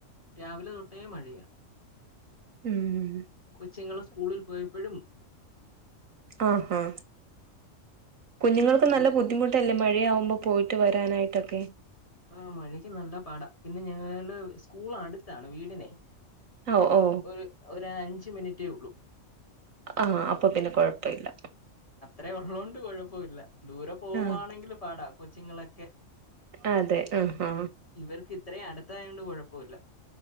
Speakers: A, on the left; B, on the right.
A: രാവിലെ തൊട്ടേ മഴയാ
B: ഉം ഉം
A: കൊച്ചിങ്ങള്ൾ സ്കൂളിൽ പോയപ്പോഴും
B: ആഹ ആ കുഞ്ഞുങ്ങൾക്ക് നല്ല
A: വിൽ
B: ബുദ്ധിമുട്ടല്ലേ മഴയാവുമ്പോ പോയിട്ട് വരാനായിട്ടൊക്കെ
A: ആ മഴയ്ക്ക് നല്ല പാടാ പിന്നെ ഞങ്ങള് സ്കൂൾ അടുത്താണ് വീട്ട
B: ഓ ഓ
A: ഒരു ഒരു അഞ്ച് മിനിറ്റേ ഉള്ളൂ
B: ആഹ അപ്പൊ പിന്നെ കൊഴപ്പ ഇല്ല
A: അതേ ഉള്ളതൊണ്ട് കുഴപ്പമ ഇില്ല ദൂരെ പോവുവാണെങ്കിൽ
B: ആ
A: പാടാ കൊച്ചുങ്ങളൊക്കെ
B: അതെ ആഹാ
A: ഇവർക്ക് ഇത്രയും അടുത്തായ കൊണ്ട് കുഴപ്പമില്ല